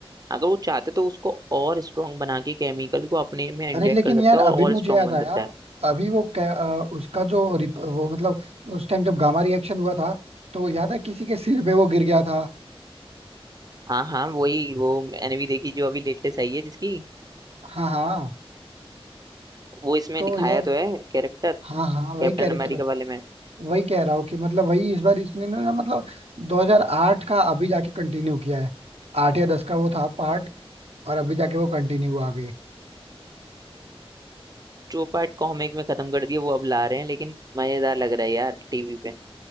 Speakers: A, on the right (about 40°); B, on the right (about 80°).
A: अगर वो चाहते तो उसको और स्ट्रांग बना के केमिकल को अपने में इंजेक्ट
B: अरे लेकिन
A: कर सकता
B: यार
A: है
B: अभी
A: और और
B: मुझे
A: स्ट्रांग
B: याद
A: बन
B: आया
A: सकता है
B: अभी वो कै- अ, उसका जो रिप, वो मतलब उस टाइम जब गामा रिएक्शन हुआ था तो याद है किसी के सिर पे वो गिर गया था
A: हाँ हाँ वही वो मैंने भी देखी जो अभी लेटेस्ट आई है जिसकी
B: हाँ हाँ
A: वो इसमें
B: तो
A: दिखाया
B: यार
A: तो है कैरेक्टर
B: हाँ हाँ वही
A: कैप्टन
B: कैरेक्टर
A: अमेरिका वाले में
B: वही कह रहा हूँ कि मतलब वही इस बार इसने ना ना मतलब 2008 का अभी जाके कंटिन्यू किया है आठ या दस का वो था पार्ट और अभी जाके वो कंटिन्यू हुआ आगे
A: टू पार्ट कॉमिक में खत्म कर दिया वो अब ला रहे हैं लेकिन मजेदार लग रहा है यार टीवी पे